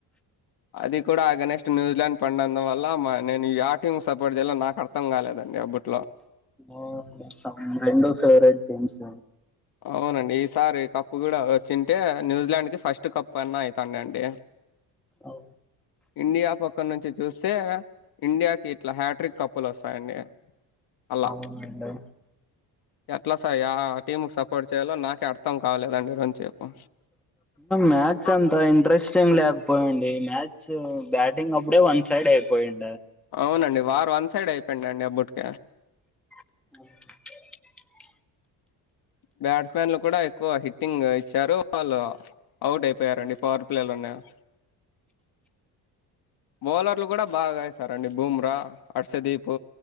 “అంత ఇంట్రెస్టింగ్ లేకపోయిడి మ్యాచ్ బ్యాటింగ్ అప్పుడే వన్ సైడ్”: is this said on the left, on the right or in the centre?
Centre